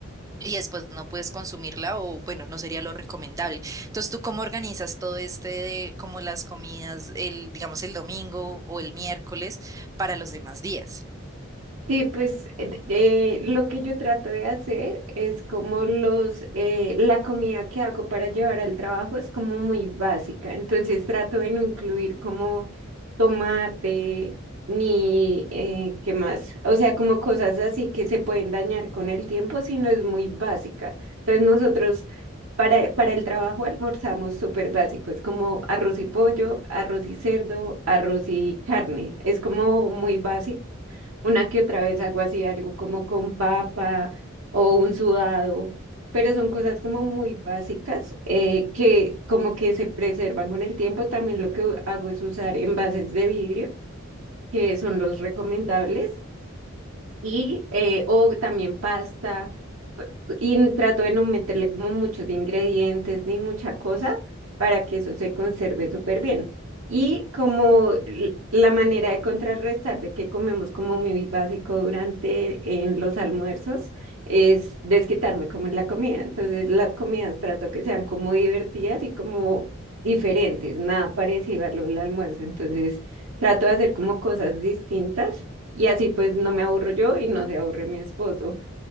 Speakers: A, on the right; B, on the right.
A: y después no puedes consumirla o bueno, no sería lo recomendable. Entonces, ¿tú cómo organizas todo este, de, como las comidas, el, digamos, el domingo o el miércoles para los demás días?
B: Sí, pues eh, eh, lo que yo trato de hacer es como los, eh, la comida que hago para llevar al trabajo es como muy básica, entonces trato de no incluir como tomate ni eh, qué más, o sea, como cosas así que se pueden dañar con el tiempo, sino es muy básica. Entonces nosotros para, para el trabajo almorzamos súper básico, es como arroz y pollo, arroz y cerdo, arroz y carne, es como muy básico una que otra vez hago así, algo como con papa o un sudado, pero son cosas como muy básicas eh, que como que se preservan con el tiempo. También lo que u- hago es usar envases de vidrio, que son los recomendables, y eh, o también pasta y trato de no meterle como muchos ingredientes ni mucha cosa para que eso se conserve súper bien. Y como l- la manera de contrarrestar de que comemos como muy básico durante en los almuerzos es desquitarme como en la comida. Entonces las comidas trato que sean como divertidas y como diferentes, nada parecido a lo del almuerzo. Entonces trato de hacer como cosas distintas y así pues no me aburro yo y no se aburre mi esposo.